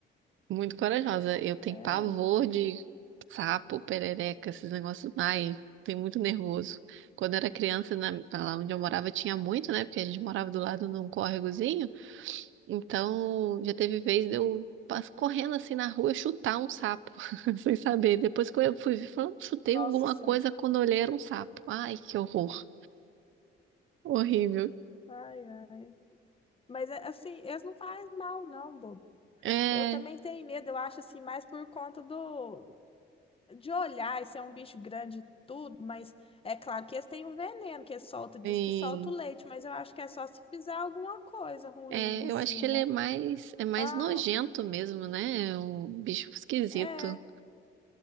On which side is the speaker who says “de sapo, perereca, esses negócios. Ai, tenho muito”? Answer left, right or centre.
Right